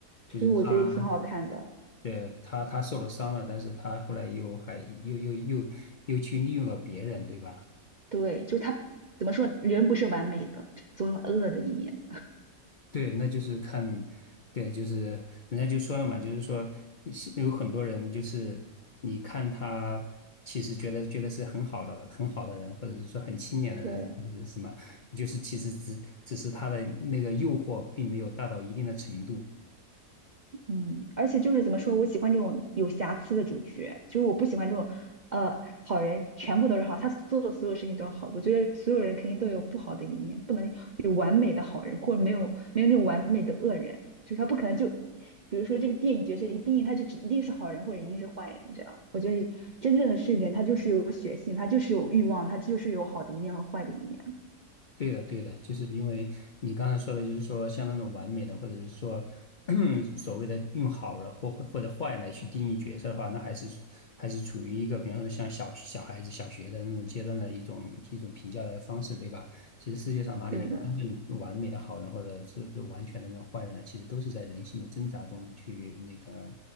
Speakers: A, on the left (about 85°); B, on the right (about 60°).
A: 就是他，
B: 就是我觉得也挺好看的。
A: 对他他受了伤了，但是他后来又还又又又又去利用了别人，对吧？
B: 对，就是他怎么说，人不是完美的，总有恶的一面。
A: 对，那就是看，对，就是人家就说了嘛，就是说是有很多人就是你看他其实觉得觉得是很好的很好的人，或者是说很清廉的人，
B: 对。
A: 或者是什么，就是其实只只是他的那个诱惑并没有大到一定的程度。
B: 嗯，而且就是怎么说，我喜欢这种有瑕疵的主角，就是我不喜欢这种，呃，好人全部都是好，他做的所有事情都是好。我觉得所有人肯定都有不好的一面，不能有完美的好人，或者没有没有那种完美的恶人，就是他不可能就，比如说这个电影角色一定义他就只一定是好人或者一定是坏人这样。我觉得真正的是人，他就是有血性，他就是有欲望，他就是有好的一面和坏的一面。
A: 对的，对的，就是因为你刚才说的，就是说像那种完美的，或者是说 <clears throat> 所谓的用好人或或者坏来去定义角色的话，那还是还是处于一个，比方说像小小孩子小学的那种阶段的一种一种评价的方式，对吧？其实世界上哪里有真正完美的好人，
B: 对的，
A: 或者是是完全的那种坏人呢？其实都是在人性的挣扎中去那个